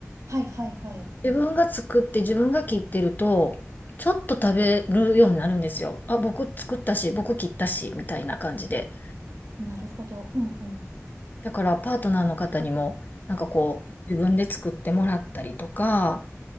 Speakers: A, on the right (about 70°); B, on the left (about 35°).
A: はいはいはい。
B: 自分が作って自分が切ってると、ちょっと食べるようになるんですよ。あ、僕作ったし、僕切ったし、みたいな感じで。
A: なるほど。うんうん。
B: だからパートナーの方にも、なんかこう、自分で作ってもらったりとか、